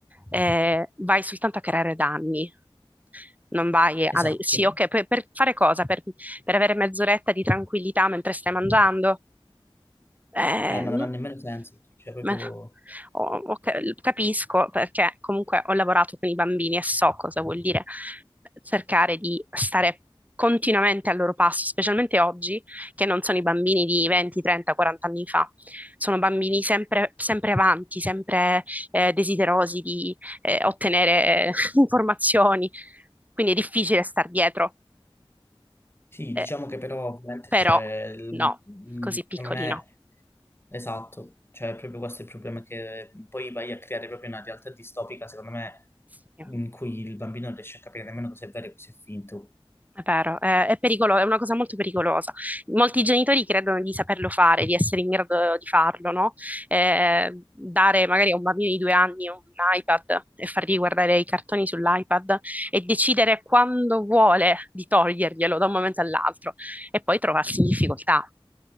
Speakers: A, on the right; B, on the left.
A: eh, vai soltanto a creare danni. Non vai a...
B: Esatto.
A: dai- Sì, ok, per, per fare cosa? Per, per avere mezz'oretta di tranquillità mentre stai mangiando? Eh,
B: Eh, ma non
A: non-
B: ha nemmeno senso, cioè proprio...
A: ma- oh, ok, capisco perché comunque ho lavorato con i bambini e so cosa vuol dire cercare di stare continuamente al loro passo, specialmente oggi, che non sono i bambini di 20, 30, 40 anni fa, sono bambini sempre, sempre avanti, sempre eh, desiderosi di eh, ottenere eh, <laughs> informazioni, quindi è difficile star dietro,
B: Sì, diciamo
A: eh,
B: che però ovviamente
A: però
B: c'è, il-
A: no,
B: mm,
A: così piccoli
B: secondo me,
A: no.
B: esatto, cioè proprio questo è il problema che poi vai a creare proprio una realtà distopica, secondo me,
A: Sì,
B: in cui il bambino non riesce a capire nemmeno cosa è vero e cosa è finto.
A: è vero, è, è pericolo- è una cosa molto pericolosa. Molti genitori credono di saperlo fare, di essere in grado di farlo, no? Eh, dare magari a un bambino di due anni un iPad e fargli guardare i cartoni sull'iPad e decidere quando vuole di toglierglielo da un momento all'altro e poi trovarsi in difficoltà,